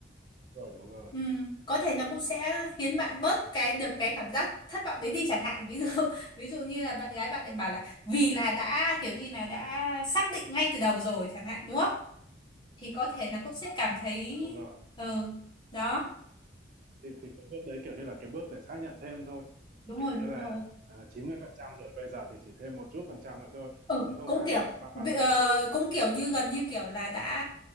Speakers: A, on the right; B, on the left.
A: rồi đúng rồi
B: ừ. có thể nó cũng sẽ khiến bạn bớt cái được cái cảm giác thất vọng đấy đi chẳng hạn ví dụ <laughs> ví dụ như là bạn gái bạn ấy bảo là vì là đã kiểu như là đã xác định ngay từ đầu rồi chẳng hạn đúng không thì có thể là cũng sẽ cảm thấy
A: đúng rồi
B: ừ đó
A: thì, thì cái bước đấy kiểu như là cái bước để xác nhận thêm thôi
B: đúng
A: kiểu
B: rồi đúng
A: như là
B: rồi
A: à, 90 phần trăm rồi bây giờ thì chỉ thêm một chút phần trăm nữa thôi
B: Ừ,
A: chứ không
B: cũng
A: phải
B: kiểu
A: là bạn
B: bị-
A: ban
B: ờ,
A: đầu là bạn ban.
B: cũng kiểu như
A: Rồi
B: gần như kiểu là đã